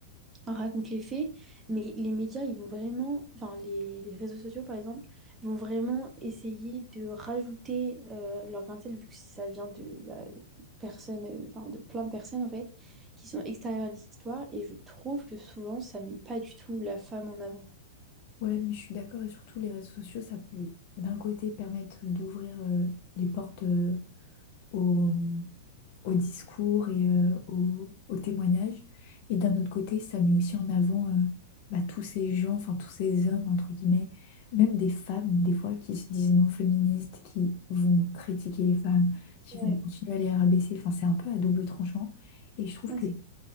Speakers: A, on the right (about 15°); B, on the left (about 40°).
A: racontent les faits, mais les médias, ils vont vraiment... Enfin, les, les réseaux sociaux, par exemple, vont vraiment essayer de rajouter euh, leur grain de sel, vu que ça vient de bah, personnes, euh, enfin, de plein de personnes, en fait, qui sont extérieures à l'histoire, et je trouve que souvent, ça met pas du tout la femme en avant.
B: Ouais, mais je suis d'accord et surtout les réseaux sociaux, ça peut d'un côté permettre d'ouvrir euh, les portes euh, au, au discours et euh, au, au témoignage, et d'un autre côté, ça met aussi en avant euh, bah, tous ces gens, enfin tous ces hommes, entre guillemets, même des femmes, des fois, qui se disent non féministes, qui vont critiquer les femmes, qui
A: Ouais.
B: vont continuer à les rabaisser, enfin c'est un peu à double tranchant, et je trouve
A: Ouais,
B: que
A: c'est ça.